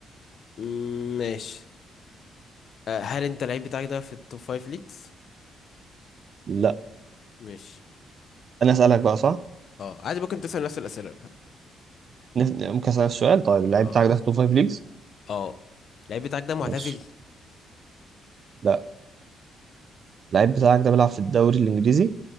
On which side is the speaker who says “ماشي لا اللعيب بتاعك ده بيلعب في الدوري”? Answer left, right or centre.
Right